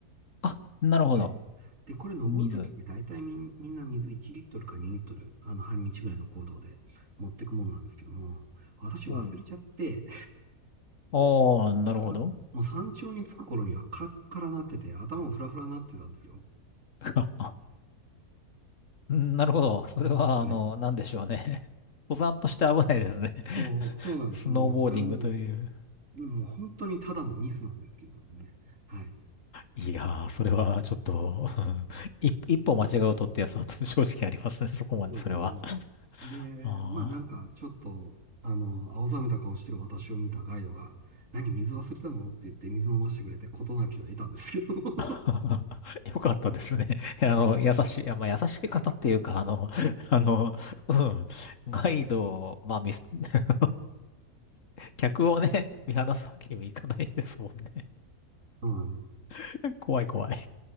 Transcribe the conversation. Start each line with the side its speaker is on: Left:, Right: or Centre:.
Left: あ、なるほど。
Right: はいで、これ登るときって大体みん、
Left: 水。
Right: みんな水1リットルか2リットル、あの、半日ぐらいの行動で持ってくもんなんですけども、私忘れちゃって、
Left: おう。ああ、なるほど。
Right: <laughs> もう山頂に着く頃にはカラッカラなってて、頭もフラフラなってたんですよ。
Left: <laughs> うん、なるほど。それは、
Right: うん
Left: あの、なんでしょうね。<laughs> 登山として危ないですね。
Right: そう、
Left: <laughs>
Right: そうなんです。
Left: スノーボーディングという。
Right: もう、これもう、もう本当にただのミスなんですけどもね。はい。
Left: いやー、それはちょっと、<laughs> うん一一歩間違うとってやつは正直ありますね。<laughs> そこまで、
Right: そうですね。
Left: それは。
Right: で、まあなんかちょっと、
Left: あ
Right: あの、青ざめた顔してる私を見たガイドが、何、水忘れたのって言って水飲ませてくれて事なきを得たんですけど。
Left: あ。
Right: <laughs>
Left: <laughs> よかったですね。<laughs> あの、優しい、いやまあ、優しい方っていうか、あの、あの、うん、ガイドを、まあ、ミス、<laughs> 客をね、見放すわけにもいかないですもんね。
Right: そうなん
Left: <laughs> 怖い怖い。